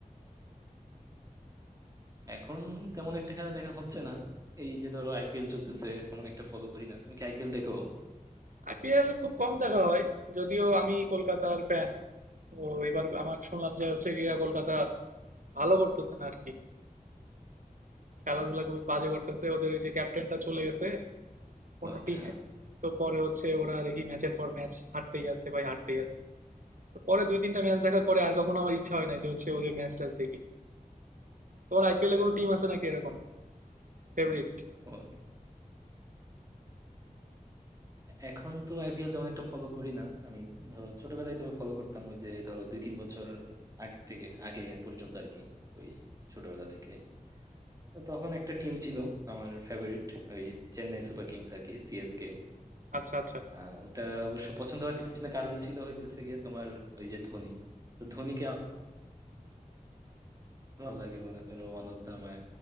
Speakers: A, on the right (about 25°); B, on the right (about 65°).
A: এখন তেমন একটা খেলা দেখা হচ্ছে না এই যে ধরো আইপিএল চলতেছে তেমন একটা ফলো করি না তুমি কি আইপিএল দেখো
B: আইপিএল খুব কম দেখা হয় যদিও আমি কলকাতার ফ্যান তো এবার আমার শুনলাম যে হচ্ছে গিয়া কলকাতা ভালো করতেছে না আর কি খেলাধুলা খুবই বাজে করতেছে ওদের ওই যে ক্যাপ্টেনটা চলে গেছে
A: ও
B: অন্য
A: আচ্ছা
B: টিমে তো পরে হচ্ছে ওরা দেখি ম্যাচের পর ম্যাচ হারতেই আছে ভাই হারতেই আছে তো পরে দুই তিনটা ম্যাচ দেখার পরে আর কখনো আমার ইচ্ছা হয় না যে হচ্ছে ওদের ম্যাচ ট্যাচ দেখি তোমার আইপিএলে কোনো টিম আছে নাকি এরকম ফেভারিট
A: ও, এখন তো আইপিএল তেমন একটা ফলো করি না আমি ধরো ছোটবেলায় তবে ফলো করতাম ওই যে ধরো দুই তিন বছর আগ থেকে আগে পর্যন্ত আর কি ওই ছোটবেলা থেকে তো তখন একটা টিম ছিল আমার ফেভারিট ওই চেন্নাই সুপার কিংস আর কি সিএসকে
B: আচ্ছা আচ্ছা
A: আহ ওটা অবশ্য পছন্দ হওয়ার পিছনে কারণ ছিল হইতেছে গিয়ে তোমার ওই যে ধোনি তো ধোনিকে আমার ভালো লাগে মনে করো ওয়ান অফ দা মাই